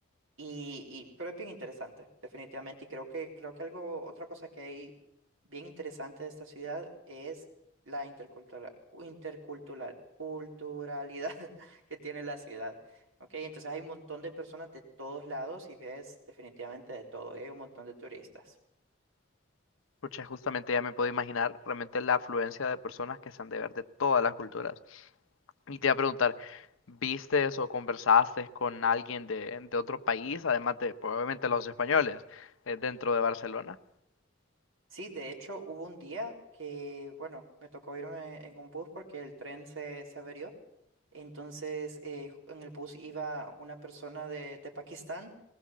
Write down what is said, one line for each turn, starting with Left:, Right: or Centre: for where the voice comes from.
Right: Y, y, pero es bien interesante, definitivamente. Y creo que, creo que algo, otra cosa que hay bien interesante de esta ciudad es la intercultural, intercultural, culturalidad <laughs> que tiene la ciudad. Ok, entonces hay un montón de personas de todos lados y ves definitivamente de todo, y hay un montón de turistas.
Left: Pucha, justamente ya me puedo imaginar realmente la afluencia de personas que se han de ver de todas las culturas. Y te iba a preguntar, ¿vistes o conversaste con alguien de, de otro país, además de probablemente los españoles, eh, dentro de Barcelona?
Right: Sí, de hecho hubo un día que, bueno, me tocó irme en un bus porque el tren se, se averió. Entonces, eh, en el bus iba una persona de, de Pakistán.